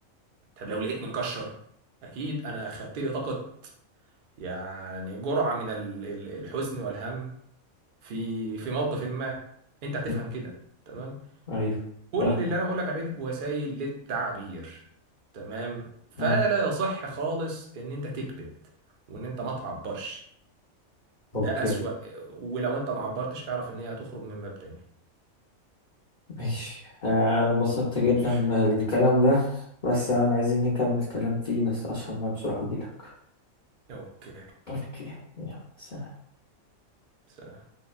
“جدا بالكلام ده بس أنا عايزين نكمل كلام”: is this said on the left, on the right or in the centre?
Left